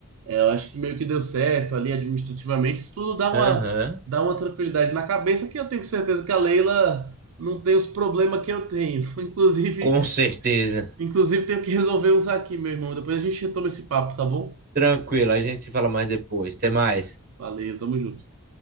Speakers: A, on the right; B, on the right.
A: é, eu acho que meio que deu certo ali administrativamente. Isso tudo dá uma,
B: Aham. Uhum.
A: dá uma tranquilidade na cabeça que eu tenho certeza que a Leila não tem os problemas que eu tenho. <laughs> Inclusive,
B: Com certeza.
A: inclusive tenho que resolver uns aqui, meu irmão. Depois a gente retoma esse papo, tá bom?
B: Tranquilo, a gente se fala mais depois. Até mais.
A: Valeu, tamo junto.